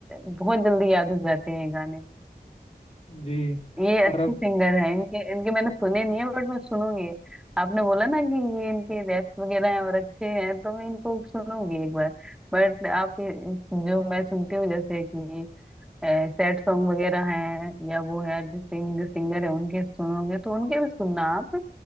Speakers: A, in the centre; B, on the left.
A: अ, बहुत जल्दी याद हो जाते हैं गाने
B: जी
A: ये अच्छे
B: और अब
A: सिंगर हैं इनके इनके मैंने सुने नहीं है बट मैं सुनूंगी आपने बोला ना कि ये इनके रैप्स वगैरह हैं और अच्छे हैं तो मैं इनको सुनूंगी एक बार बट आप ये- जो मैं सुनती हूँ जैसे कि सैड सॉन्ग वगैरह हैं या वो है अरिजीत सिंह जो सिंगर है उनके सुनोगे तो उनके भी सुनना आप